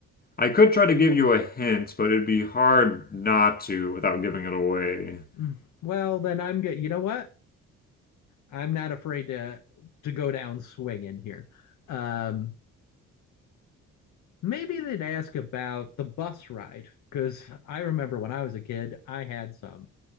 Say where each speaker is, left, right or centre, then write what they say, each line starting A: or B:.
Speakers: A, on the left (about 30°); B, on the left (about 75°).
A: I could try to give
B: Well,
A: you a hint, but it'd be hard not to without giving it away. <laughs>
B: mm, well, then I'm good. You know what? I'm not afraid to to go down swinging here. Um, maybe they'd ask about the bus ride because I remember when I was a kid, I had some